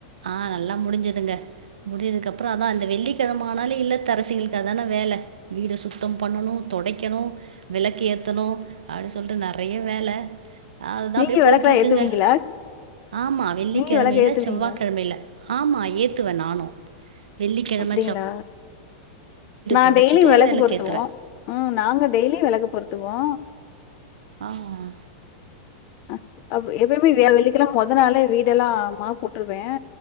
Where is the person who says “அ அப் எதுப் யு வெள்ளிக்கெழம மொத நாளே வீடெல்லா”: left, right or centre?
Left